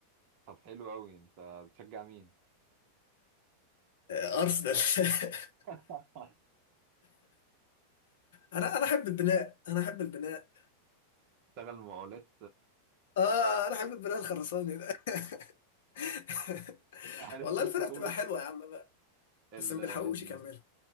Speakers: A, on the right; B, on the left.
A: طب حلو قوي انت بتشجع مين
B: آه، ارسنال <laughs>
A: <laughs>
B: انا انا احب البناء انا احب البناء
A: اشتغل مقاولات
B: اه انا احب البناء الخرساني ده <laughs>
A: عارف
B: والله
A: شفت
B: الفرقه
A: كوميك
B: بتبقى حلوه يا عم بقى
A: ال
B: بس ما بيلحقوش يكملوا
A: إن-